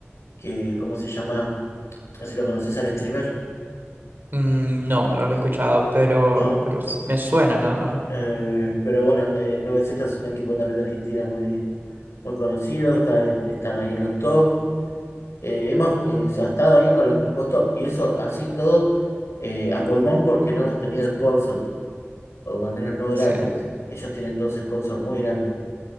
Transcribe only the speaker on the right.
Mm, No, no lo he escuchado, pero,
pero s- me suena nada más.
Sí,